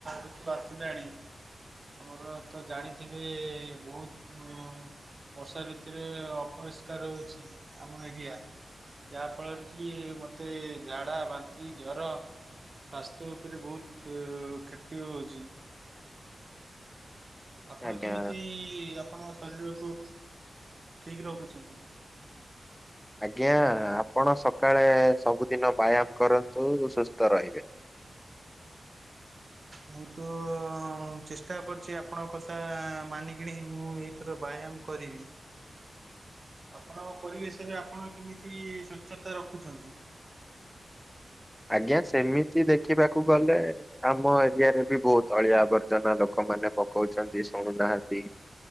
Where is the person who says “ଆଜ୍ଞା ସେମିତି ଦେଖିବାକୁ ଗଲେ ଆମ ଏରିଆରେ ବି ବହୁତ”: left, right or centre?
Centre